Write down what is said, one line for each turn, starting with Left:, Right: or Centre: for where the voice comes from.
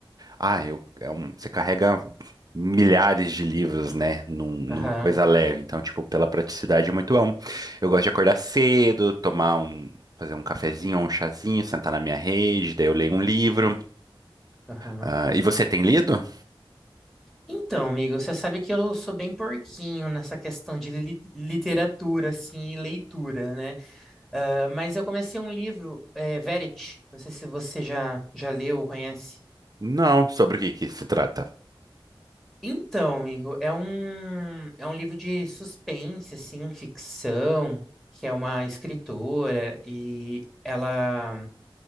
Right: ah, eu, é um- você carrega milhares de livros, né, num- numa
Centre: Aham,
Right: coisa leve. Então, tipo, pela praticidade é muito bom. Eu gosto de acordar cedo, tomar um, fazer um cafezinho ou um chazinho, sentar na minha rede, daí eu leio um livro.
Centre: aham.
Right: Ah, e você tem lido?
Centre: Então, amigo, você sabe que eu sou bem porquinho nessa questão de li- literatura, assim, e leitura, né? Ah, mas eu comecei um livro, é, Verity. Não sei se você já, já leu ou conhece.
Right: Não, sobre o que que se trata?
Centre: Então, amigo, é um, é um livro de suspense, assim, ficção, que é uma escritora e ela